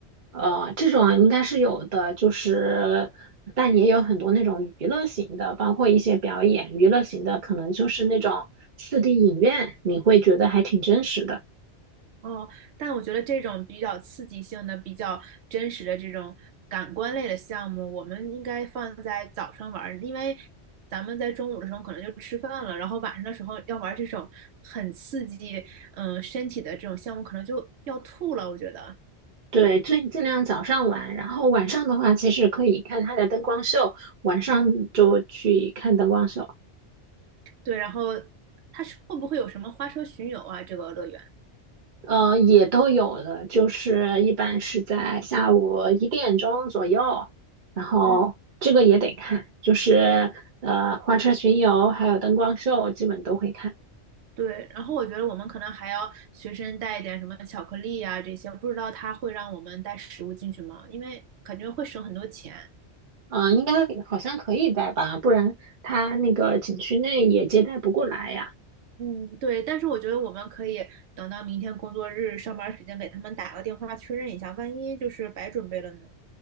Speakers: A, on the right (about 45°); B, on the right (about 70°).
A: 呃，这种应该是有的，就是，但也有很多那种娱乐型的，包括一些表演，娱乐型的可能就是那种四 d 影院，你会觉得还挺真实的。
B: 哦，但我觉得这种比较刺激性的、比较真实的这种感官类的项目，我们应该放在早上玩儿，因为咱们在中午的时候可能就吃饭了，然后晚上的时候要玩这种很刺激，嗯，身体的这种项目，可能就要吐了，我觉得。
A: 对，尽尽量早上玩，然后晚上的话，其实可以看它的灯光秀，晚上就去看灯光秀。
B: 对，然后它是会不会有什么花车巡游啊？这个乐园，
A: 呃，也都有了，就是一般是在下午一点钟左右，然后这个也得看，
B: 嗯，
A: 就是呃花车巡游还有灯光秀基本都会看，
B: 对。然后我觉得我们可能还要随身带一点什么巧克力啊这些，不知道它会让我们带食物进去吗？因为感觉会省很多钱。
A: 嗯、呃应该好像可以带吧，不然他那个景区内也接待不过来呀。
B: 嗯，对，但是我觉得我们可以等到明天工作日上班时间给他们打个电话确认一下，万一就是白准备了呢？